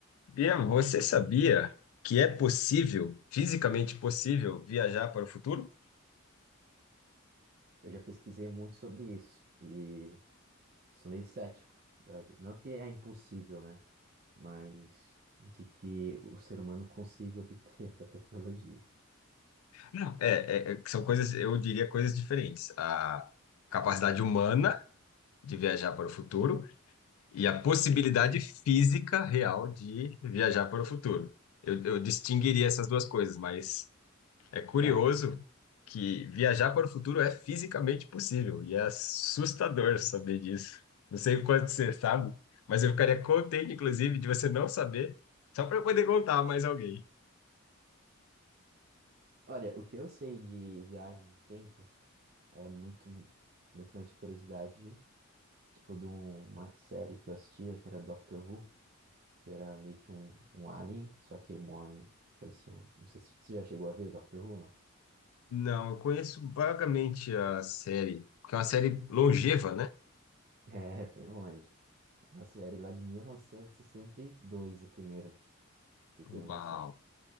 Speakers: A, on the left; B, on the right.
A: Bia, você sabia que é possível, fisicamente possível, viajar para o futuro?
B: Eu já pesquisei muito sobre isso e sou meio cético. da gen- Não que é impossível, né? Mas de que o ser humano consiga obter <laughs> essa tecnologia.
A: Não. É, é, é, são coisas, eu diria coisas diferentes. A capacidade humana de viajar para o futuro e a possibilidade física real de viajar para o futuro. Eu, eu distinguiria essas duas coisas, mas É curioso
B: Tá.
A: que viajar para o futuro é fisicamente possível e é assustador saber disso. Não sei o quanto você sabe, mas eu ficaria contente, inclusive, de você não saber, só para eu poder contar a mais alguém.
B: Olha, o que eu sei de viagem no tempo é muito, muito mais de curiosidade, tipo de um- uma série que eu assistia que era Doctor Who, que era meio que um, um alien, só que um alien parecia um. Não sei se você já chegou a ver Doctor Who, não? <laughs>
A: Não, eu conheço vagamente a série, porque é uma série longeva, né?
B: É, bem longe. É Uma série lá de mil novecentos e e sessenta e dois, a primeira. Você tem
A: Uau!
B: uma noção.